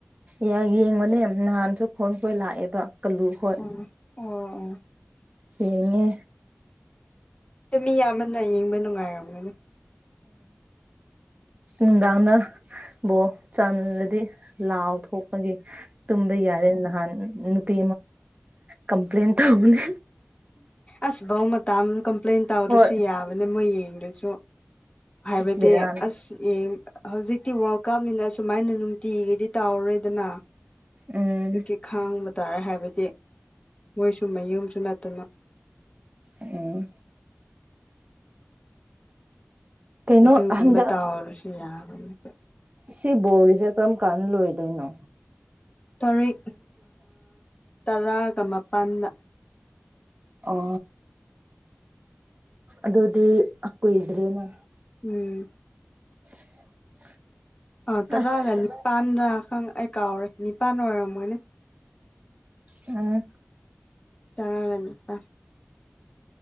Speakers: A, on the right; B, on the left.
A: ꯌꯥ ꯌꯦꯡꯕꯅꯦ ꯅꯍꯥꯟꯁꯨ ꯈꯣꯟ ꯈꯣꯏ ꯂꯥꯛꯑꯦꯕ ꯀꯥꯜꯂꯨ ꯍꯣꯏ
B: ꯎꯝ ꯑꯣ
A: ꯁꯤꯉꯦ
B: ꯑꯗꯨ ꯃꯤ ꯌꯥꯝꯕꯟꯅ ꯌꯦꯡꯕ ꯅꯨꯡꯉꯥꯏꯔꯝꯒꯅꯤ
A: ꯎꯗꯥꯅ ꯣ ꯆꯪꯂꯗꯤ ꯂꯥꯎ ꯊꯣꯛꯄꯒꯤ ꯇꯨꯝꯕ ꯌꯥꯔꯦ ꯅꯍꯥꯟ ꯅꯨꯄꯤ ꯀꯝꯄ꯭ꯂꯦꯟ ꯇꯒꯅꯤ
B: ꯑꯁ ꯕꯧ ꯃꯇꯥ ꯑꯃ ꯀꯝꯄ꯭ꯂꯦꯟ ꯇꯧꯔꯁꯨ
A: ꯍꯣꯏ
B: ꯌꯥꯕꯅꯦ ꯃꯣꯏ ꯌꯦꯡꯁꯨ ꯍꯥꯏꯕꯗꯤ
A: ꯕꯦꯔꯥꯅꯤ
B: ꯑꯁ ꯍꯧꯖꯤꯛꯇꯤ ꯋꯥꯔꯜ ꯀꯞꯅꯤꯅ ꯑ ꯁꯨꯃꯥꯏꯅ ꯅꯨꯡꯇꯤꯒꯤꯗꯤ ꯇꯧꯔꯣꯏꯗꯅ
A: ꯎꯝ
B: ꯑꯩꯀꯤ ꯈꯥꯡꯕ ꯇꯥꯔꯦ ꯍꯥꯏꯕꯗꯤ ꯃꯣꯏꯁꯨ ꯃꯌꯨꯝꯁꯨ ꯅꯠꯇꯅ
A: ꯎꯝ ꯀꯩꯅꯣ
B: ꯑꯗꯨꯒꯨꯝꯕ
A: ꯑꯟꯗ
B: ꯇꯥꯎꯔꯁꯨ ꯌꯥꯕꯅꯤ
A: ꯁꯤ ꯣꯜꯔꯤꯁꯦ ꯀꯟꯂꯣꯣꯏꯗꯅ
B: ꯇꯔꯤꯛ ꯇꯔꯥꯒ ꯃꯥꯄꯜꯗ
A: ꯑꯣ ꯑꯗꯨꯗꯤ ꯑ ꯀꯣꯏ ꯏꯗ꯭ꯔꯦꯅꯦ
B: ꯎꯝ
A: <inaudible>
B: ꯑꯥ ꯇꯔꯥꯒ
A: ꯑꯁ
B: ꯅꯤꯄꯥꯥꯟꯗ ꯈ ꯑꯩ ꯀꯥꯎꯔꯦ ꯅꯤꯄꯥꯥꯟ ꯑꯣꯏꯔꯝꯒꯣꯏꯅꯦ
A: ꯑ
B: ꯆꯔꯒꯅꯤꯄꯥ